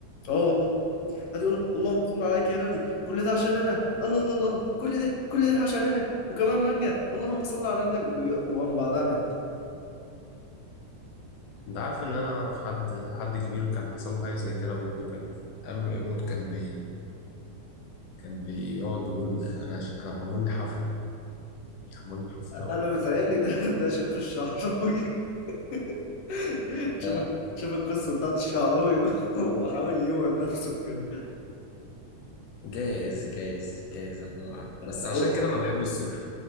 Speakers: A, on the left; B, on the left.
A: اه والله قعد يقول اللهم صل عليك يا نبي كل ده عشان انا الله الله الله كل ده كل ده عشان انا وكمان مانجا اللهم صل على النبي وقام بعدها مات
B: انت عارف ان انا اعرف حد حد كبير كان حصل له حاجة زي كده برضه كان قبل ما يموت كان بي كان بيقعد يقول انا ش... انا معمول لي حفلة معمول لي حفلة و...
A: انا بيتهيألي ده ده شاف الشعراوي <laughs> شوف
B: لا لا
A: شوف القصة بتاعت الشعراوي <laughs> وحاول يوعد نفسه كده
B: جايز جايز جايز الله اعلم بس
A: أو-
B: عشان كده انا بحب الصيف